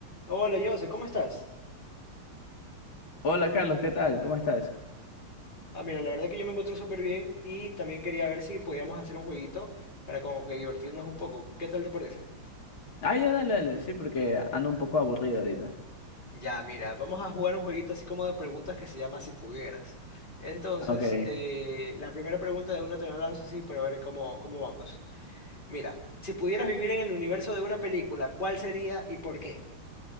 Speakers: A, on the left (about 20°); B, on the left (about 70°).
A: Hola, Jose, ¿cómo estás?
B: Hola Carlos, ¿qué tal? ¿Cómo estás?
A: Ah, mira, la verdad que yo me encuentro súper bien y también quería ver si podíamos hacer un jueguito para como que divertirnos un poco. ¿Qué tal te parece?
B: Ah, ya, dale, dale, sí, porque ando un poco aburrido ahorita.
A: Ya, mira, vamos a jugar un jueguito así como de preguntas que se llama Si pudieras. Entonces,
B: Ah, Ok. En
A: eh, la primera pregunta de una te la lanzo así para ver cómo, cómo vamos. Mira, si pudieras vivir en el universo de una película, ¿cuál sería y por qué?